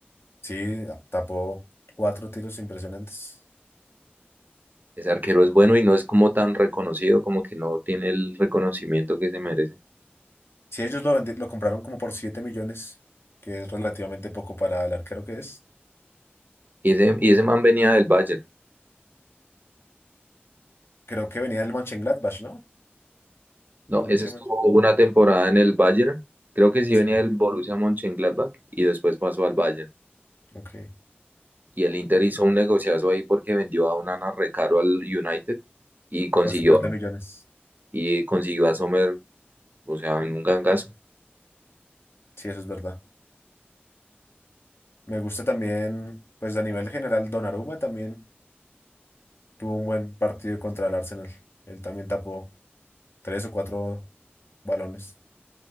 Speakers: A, on the left; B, on the right.
A: Sí, tapó cuatro tiros impresionantes.
B: ese arquero es bueno y no es como tan reconocido, como que no tiene el reconocimiento que se merece.
A: Si ellos lo, vendi- lo compraron como por 7 millones, que es relativamente poco para el arquero que es.
B: Y ese, y ese man venía del Bayern.
A: Creo que venía del Mönchengladbach, ¿no?
B: No,
A: Borussia
B: ese estuvo
A: Mönchengladbach.
B: una temporada en el Bayern, creo que sí
A: Sí,
B: venía del Borussia Mönchengladbach y después pasó al Bayern.
A: ok.
B: Y el Inter hizo un negociazo ahí porque vendió a Onana recaro al United y consiguió
A: Por 50 millones.
B: y consiguió a Sommer o sea, en un gangazo.
A: Sí, eso es verdad. Me gusta también, pues a nivel general, Donnarumma también. Tuvo un buen partido contra el Arsenal. Él también tapó tres o cuatro balones.